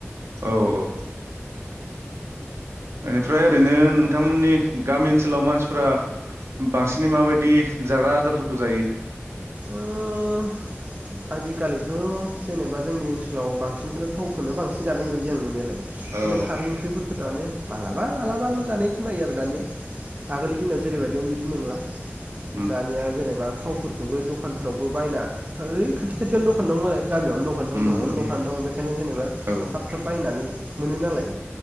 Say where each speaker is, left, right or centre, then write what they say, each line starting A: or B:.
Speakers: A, on the right; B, on the right.
A: औ औ ओनिफ्राय ओरैनो नोंथांमोननि गामि सोलाव मानसिफोरा बांसिनै माबायदि जाग्रा आदारफोरखौ जायो?
B: ओ आजिखालिथ' जेनेबा जोंनि ओनसोलाव बांसिनखौ थावखौनो बांसिन जानाय नुयो आं नुनायलाय खिनथु
A: औ
B: खारै ओंख्रिफोरखौ दानि मालाबा मालाबाल' जानाय खोनायो आरो। दानिया आगोलनि दि जेरैबायदि मीन बिदि नंला।
A: उम
B: दानिया जेनेबा थावफोर बेखौबो दखानफोरावबो बायनाथाय खाथि खाथियावनो दखान दं नालाय। गामियावनो दखान दं
A: उम
B: न'आवनो दखान दं बेखायनो जेनेबा
A: औ
B: थाब-थाब बायनानै मोनो नालाय